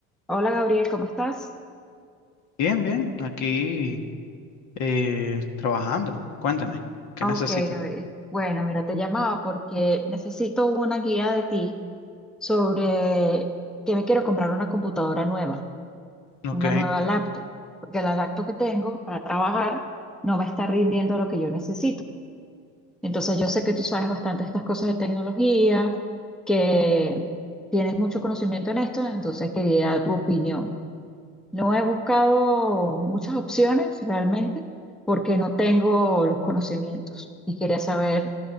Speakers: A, in the centre; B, on the left.
A: Hola Gabriel, ¿cómo estás?
B: Bien, bien, aquí eh, trabajando. Cuéntame, ¿qué
A: Ok,
B: necesitas?
A: Gabriel. Bueno, mira, te llamaba porque necesito una guía de ti sobre que me quiero comprar una computadora nueva,
B: Ok,
A: una nueva laptop, porque la laptop que tengo para trabajar no me está rindiendo lo que yo necesito. Entonces yo sé que tú sabes bastante estas cosas de tecnología, que tienes mucho conocimiento en esto, entonces quería tu opinión. No he buscado muchas opciones realmente porque no tengo los conocimientos y quería saber,